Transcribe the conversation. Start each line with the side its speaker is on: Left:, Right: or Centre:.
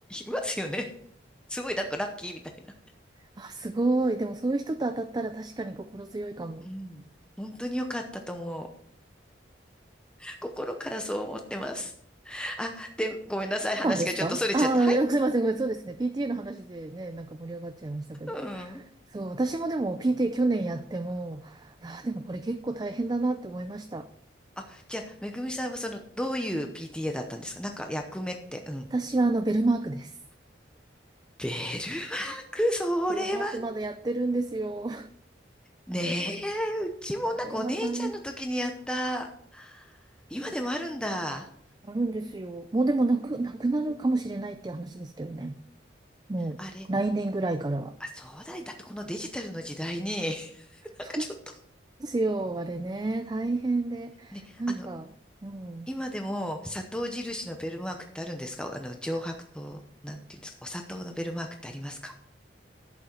Centre: いますよね。すごい、だからラッキーみたいな。
Right: あ、すごい。でもそういう人と当たったら確かに心強いかも。
Centre: うん。本当に良かったと思う。心からそう思ってます。あ、で、ごめんなさい。話がちょっと逸れちゃって。
Right: 感ですかああー、
Centre: はい。
Right: いやすいません。ごめんそうですね。PTA の話でね、なんか盛り上がっちゃいましたけど。
Centre: うん。
Right: そう、私もでも PTA 去年やっても、ああ、でもこれ結構大変だなって思いました。
Centre: あ、じゃあ、めぐみさんはその、どういう PTA だったんですかなんか役目って。うん。
Right: 私はあの、ベルマークです。
Centre: ベルマーク、それは、
Right: ベルマークまだやってるんですよ。
Centre: ねえ、うちもなんかお姉ちゃんの時にやった。
Right: あれは大変。
Centre: 今でもあるんだ。
Right: あるんですよ。もうでもなく、なくなるかもしれないっていう話ですけどね。もう来年ぐらいからは。
Centre: あれ、あ、そうだよ。だってこのデジタルの時代に、<laughs> なんかちょっと、
Right: そうですよ、あれね、大変で。
Centre: ね、
Right: なんか、
Centre: あの、
Right: うん、
Centre: 今でも砂糖印のベルマークってあるんですかあの、
Right: 宇
Centre: 上白糖、なんていうんですかお砂糖のベルマークってありますか